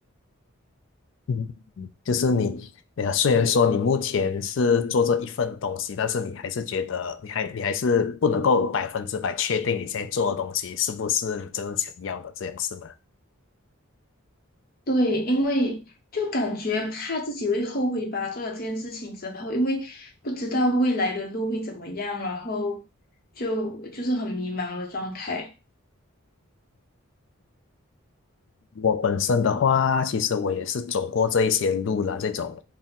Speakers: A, on the left; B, on the left.
A: 嗯。就是你，呃，虽然说你目前是做这一份东西，但是你还是觉得你还你还是不能够百分之百确定你现在做的东西是不是你真正想要的，这样是吗？
B: 对，因为就感觉怕自己会后悔吧，做了这件事情之后，因为不知道未来的路会怎么样，然后就就是很迷茫的状态。
A: 我本身的话，其实我也是走过这一些路啦，这种